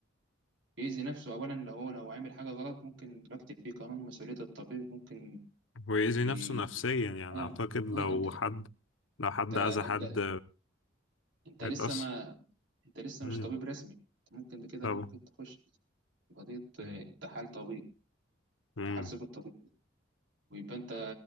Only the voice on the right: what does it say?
بيأذي نفسه أولا لو هو لو عامل حاجة غلط ممكن يكتب فيه قانون مسؤولية الطبيب ممكن
ي...
آه
آه أنت
أنت أنت
أنت
لسه ما أنت لسه
مش طبيب رسمي أنت ممكن ده كده
ممكن تخش في قضية آه، انتحال طبيب
انتحال صفة طبيب ويبقى أنت